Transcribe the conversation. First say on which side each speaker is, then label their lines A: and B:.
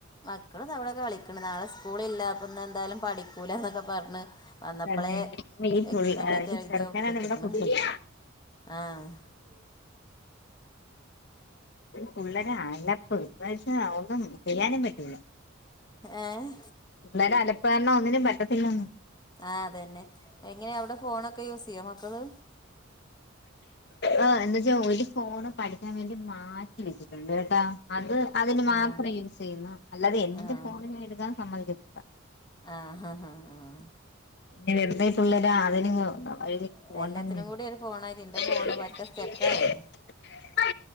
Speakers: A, on the left; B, on the left.
A: മക്കള് ദാ അവടെ കളിക്ക്ണ് നാളെ സ്കൂളില്ലാ അപ്പന്ന് എന്തായാലും പഠിക്കൂലാന്നൊക്കെ പറഞ് വന്നപ്പളേ
B: തന്നെ ഈ പുൾ
A: എഗ്രിമെന്റ്
B: ഈ
A: ഒക്കെ എഴുതി
B: ചെറുക്കനാണ്
A: ഒപ്പിട്ട്ക്ക്ണ്
B: ഇവിടെ കുട്ടികള്
A: ആഹ്
B: ഈ പുള്ളരെ അലപ്പ് ഇപ്രാവശ്യം ഒന്നും ചെയ്യാനും പറ്റി ല്ല
A: ഏഹ്
B: പിള്ളാരെ അലപ്പ് കാരണം ഒന്നിനും പറ്റത്തില്ലാന്ന്
A: ആഹ് അതന്നെ എങ്ങനെ അവടെ ഫോണൊക്കെ യൂസ് ചെയ്യോ മക്കള്
B: ആഹ് എന്നാ ജോലി ഫോണ് പഠിക്കാൻ വേണ്ടി മാറ്റി വെച്ചിട്ടുണ്ട് കെട്ടാ അത് അതിന് മാത്രേ
A: ആഹ്
B: യൂസ് ചെയ്യുന്നു അല്ലാതെ എന്റെ
A: ആഹ്
B: ഫോണിന് എഴുതാൻ സമ്മതിക്കത്തില്ല
A: ആഹ് ഹ ഹ ആഹ്
B: ഇനി ഇതെന്താ ഈ പിള്ളേരെ ആ <unintelligible> ബെയ്‌ലിങ് വന്നാ വഴിതെ
A: ഇതെല്ലാത്തിനും
B: പോണ്ടാന്ന്
A: കൂടി ഒരു ഫോണായിട്ട് ഇന്റെ
B: <unintelligible>
A: ഫോണ് പറ്റെ സ്റ്റക്കായി